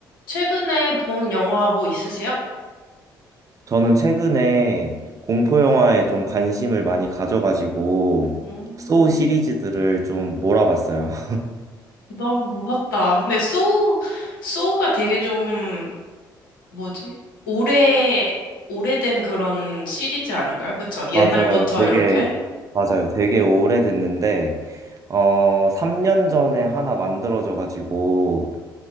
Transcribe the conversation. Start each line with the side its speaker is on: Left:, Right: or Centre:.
Left: 최근에 본 영화 뭐 있으세요?
Right: 저는 최근에 공포 영화에 좀 관심을 많이 가져가지고
Left: 음,
Right: 소우 시리즈들을 좀 몰아봤어요. <laughs>
Left: 너무 무섭다. 근데 소우, 소우가 되게 좀, 뭐지? 오래, 오래된 그런 시리즈 아닌가요? 그쵸? 옛날부터
Right: 맞아요. 되게
Left: 이렇게?
Right: 맞아요. 되게 오래됐는데 어 3년 전에 하나 만들어져 가지고